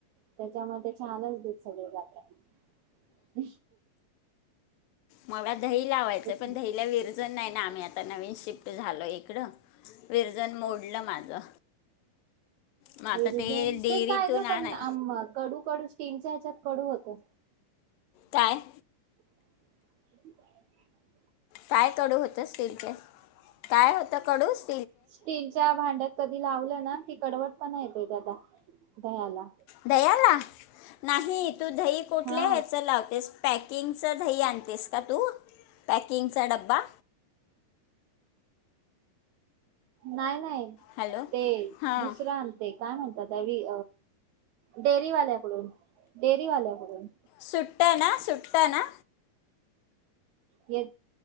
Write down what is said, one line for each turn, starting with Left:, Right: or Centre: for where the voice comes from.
Right: त्याच्यामध्ये चहालाच दुध सगळे जात. <inaudible>
Left: मग दही लावायचं पण
Right: ना.
Left: दहीला विरजण नाही ना आम्ही आता नवीन शिफ्ट झालो इकडं. विरजन मोडलं माझं. मग आता
Right: हे विरझन
Left: डेअरीतून
Right: ते काय का
Left: आणाय
Right: पण कडू कडू स्टीमच कडू होत.
Left: काय?
Right: <inaudible>
Left: काय कडू होतंस स्टीमच काय होतं कडूस.
Right: स्टीलच्या भांड्यात कधी लावलं की कडवट पण येत त्याला दह्याला.
Left: दह्याला नाही तू दही कुठल्या
Right: हा
Left: ह्याच लावतेस पॅकिंग च दही आणतेस का तू? पॅकिंग चा डबा?
Right: नाही नाही.
Left: हॅलो
Right: ते
Left: हां
Right: दुसरं आणते. काय म्हणता ताई डेअरीवाल्याकडून, डेअरीवाल्याकडून
Left: सुट्ट ना सुट्ट ना
Right: ये